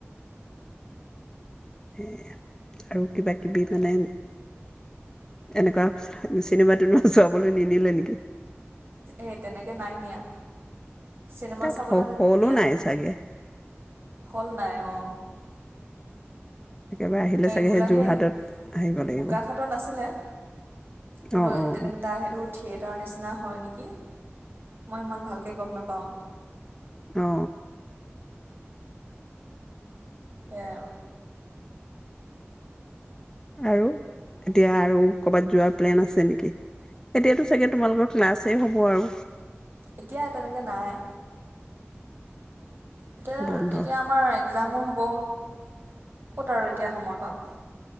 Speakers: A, on the left (about 15°); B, on the right (about 55°).
A: সে আৰু কিবা-কিবি মানে এনেকুৱা চিনেমা-তিনেমা চোৱাবলৈ নিনিলে নেকি?
B: এ তেনেকে নাই নিয়া। চিনেমা
A: তাত
B: চাবলৈ
A: হলো
B: নিয়া
A: নাই
B: নহয়
A: চাগে
B: <inaudible> হল নাই অ
A: একেবাৰে আহিলে চাগে
B: গোলাহেই
A: সেই যোৰহাটত আহিব লাগিব
B: বোকাঘাটত আাছিলে, কিন্তু
A: অ', অ',
B: তেনেকে
A: অ',
B: তাৰ সেইটো <inaudible> থিয়েটাৰৰ নিচিনা হয় নেকি, মই ইমান ভালকৈ গম নাপাওঁ
A: অ অ
B: এয়া
A: আৰু? এতিয়া আৰু কৰ'বাত যোৱাৰ প্লেন আছে নেকি? এতিয়াতো চাগে তোমালোকৰ ক্লাছেই হ'ব আৰু
B: এতিয়া তেনেকে নাই এতিয়া-এতিয়া
A: বন্ধ
B: আমাৰ এক্সামো হ'ব ক'ত আৰু এতিয়া সময় পাম